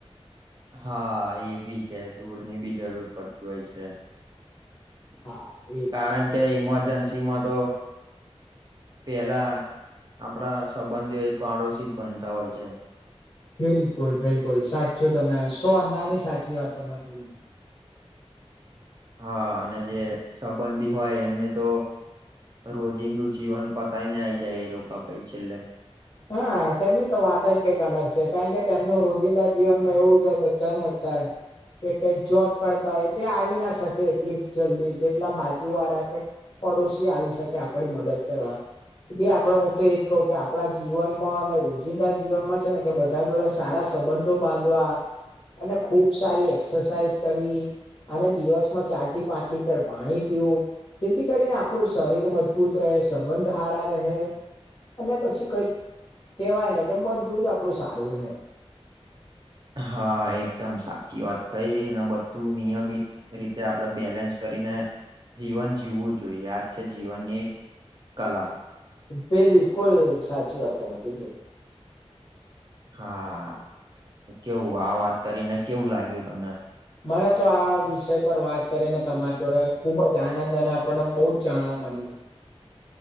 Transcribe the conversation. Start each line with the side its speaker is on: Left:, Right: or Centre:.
Right: હા એ ભી છે ધૂળની બી જરૂર પડતી હોય છે.
Left: હા એજ.
Right: કારણ કે ઇમરજન્સી માં તો પેલા આપણા સંબંધીઓ એ પાડોશિત બનતા હોય છે.
Left: બિલકુલ-બિલકુલ સાચું તમે સો અનાની સાચી વાત તમારે જોઈ.
Right: હા અને જે સંબંધી હોય એમને તો રોજિંદું જીવન પતાય ને આ આવી જાય એ લોકો ભાઈ છેલ્લે.
Left: હા તેમની તો વાત જ કંઈક અલગ છે કારણ કે તેમનું રોજિંદા જીવનમાં એવું છે બધાનું અત્યારે કે કઈક જોબ કરતા હોય તે આવી ના શકે એટલી જલ્દી જેટલા બાજુ વાળા કે પડોશીઓ આવી શકે આપણી મદદ કરવા આપડ હું તો એજ કહ કે આપડા જીવનમાં અને રોજિંદા જીવનમાં છે ને કે બધા જોડે સારા સંબંધો બાંધવા અને ખુબ સારી એક્સરસાાઈઝ કરવી. અને દિવસમાં ચાર થી પાંચ લીટર પાણી પીવું. જેથી કરીને આપણું શરીર મજબૂત રહે સંબંધ હારા રહે અને પછી કઈક કેવાય ને કે બધું જ આપણું સારું રહે.
Right: હા એકદમ સાચી વાત કહી ને બધું નિયમિત રીતે આપણે બેલેન્સ કરીને જીવન જીવવું જોઈએ આજ છે જીવનની એક કલા.
Left: બિલકુલ સાચી વાત તમે કીધી.
Right: હા કેવું આ વાત કરીને કેવું લાગ્યું તમને.
Left: મને તો આ વિષય પર વાત કરીને તમારી જોડે ખુબ જ આનંદ અને આપણને બહુ જ જાણવા મળ્યું.